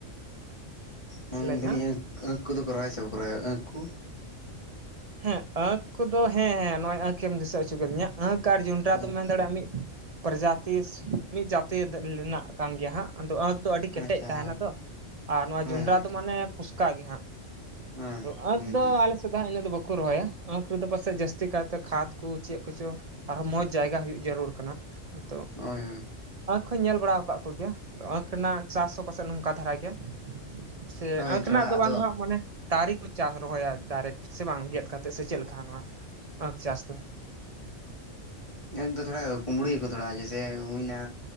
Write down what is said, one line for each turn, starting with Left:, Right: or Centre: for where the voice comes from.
Left: ᱢᱮᱱ
Right: ᱞᱟᱹᱭ ᱢᱮ
Left: ᱫᱟᱹᱞᱤᱧ
Right: ᱦᱟᱸᱜ
Left: ᱟᱹᱠᱷ ᱠᱚᱫᱚ ᱠᱚ ᱨᱚᱦᱚᱭ ᱥᱮ ᱵᱟᱠᱚ ᱨᱚᱦᱚᱭᱟ ᱟᱹᱠᱷ ᱠᱚ᱾
Right: ᱦᱮᱸ ᱟᱹᱠᱷ ᱠᱚᱫᱚ ᱦᱮᱸ ᱦᱮᱸ ᱱᱚᱜ ᱚᱭ ᱟᱹᱠᱷ ᱮᱢ ᱫᱤᱥᱟᱹ ᱚᱪᱚ ᱠᱟᱹᱫᱤᱧᱟ ᱟᱹᱠᱷ ᱟᱨ ᱡᱚᱱᱰᱨᱟ
Left: ᱦᱳᱭ
Right: ᱫᱚᱢ ᱢᱮᱱ ᱫᱟᱲᱮᱭᱟᱜᱼᱟ ᱢᱤᱫ ᱯᱨᱚᱡᱟᱛᱤ ᱢᱤᱫ ᱡᱟᱛᱤ ᱞᱮᱱᱟᱜ ᱠᱟᱱ ᱜᱮᱭᱟ ᱦᱟᱸᱜ ᱟᱫᱚ ᱟᱸᱠᱷ ᱫᱚ ᱟᱹᱰᱤ ᱠᱮᱴᱮᱡ
Left: ᱟᱪᱪᱷᱟ
Right: ᱛᱟᱦᱮᱱᱟ
Left: ᱦᱳᱭ
Right: ᱛᱚ ᱟᱨ ᱱᱚᱣᱟ
Left: ᱦᱳᱭ
Right: ᱡᱚᱰᱨᱟ
Left: ᱦᱳᱭ
Right: ᱫᱚ ᱢᱟᱱᱮ ᱩᱥᱠᱟᱜ ᱜᱮ ᱦᱟᱸᱜ
Left: ᱦᱳᱭ
Right: ᱟᱫᱚ ᱟᱹᱠᱷ
Left: ᱦᱩᱸ
Right: ᱫᱚ
Left: ᱦᱩᱸ
Right: ᱟᱞᱮ ᱥᱮᱫ ᱫᱚ ᱤᱱᱟᱹ ᱫᱚ ᱵᱟᱠᱚ ᱠᱚ ᱨᱚᱦᱚᱭᱟ ᱟᱹᱠᱷ ᱨᱮᱫᱚ ᱯᱟᱥᱮ ᱡᱟᱹᱥᱛᱤ ᱠᱟᱭᱛᱮ ᱠᱷᱟᱫ ᱠᱚ ᱪᱮᱫ ᱠᱚᱪᱚ ᱟᱨᱦᱚᱸ ᱢᱚᱸᱡᱽ ᱡᱟᱭᱜᱟ ᱦᱩᱭᱩᱜ ᱡᱟᱹᱨᱩᱲ ᱠᱟᱱᱟ ᱱᱤᱛᱚᱜ
Left: ᱦᱳᱭ ᱦᱳᱭ
Right: ᱟᱸᱠᱷ ᱦᱚᱸᱧ ᱧᱮᱞ ᱵᱟᱲᱟ ᱟᱠᱟᱫ ᱠᱚᱜᱭᱟ ᱟᱸᱠᱷ ᱨᱮᱱᱟᱜ ᱪᱟᱥ ᱦᱚᱸ ᱯᱟᱥᱮ ᱱᱚᱝᱠᱟ ᱫᱷᱟᱨᱟ ᱜᱮᱭᱟ᱾ ᱥᱮ
Left: ᱦᱳᱭ
Right: ᱟᱹᱠᱷ
Left: ᱛᱷᱚᱲᱟ
Right: ᱨᱮᱱᱟᱜ ᱫᱚ
Left: ᱟᱫᱚ
Right: ᱵᱟᱝ ᱫᱚ ᱦᱟᱸᱜ ᱢᱟᱱᱮ ᱫᱟᱨᱮ ᱠᱚ ᱪᱟᱥ ᱨᱚᱦᱚᱭᱟ ᱰᱟᱭᱨᱮᱴ ᱥᱮ ᱵᱟᱝ ᱜᱮ᱾ ᱠᱟᱛᱮᱫ ᱥᱮ ᱪᱮᱫ ᱞᱮᱠᱟ ᱱᱚᱣᱟ ᱟᱹᱠᱷ ᱪᱟᱥ ᱫᱚ᱾
Left: ᱱᱮᱥ ᱫᱚ ᱛᱷᱚᱲᱟ ᱠᱩᱢᱲᱩ ᱜᱮᱠᱚ ᱛᱷᱚᱲᱟ ᱡᱮᱥᱮ ᱦᱩᱭ ᱮᱱᱟ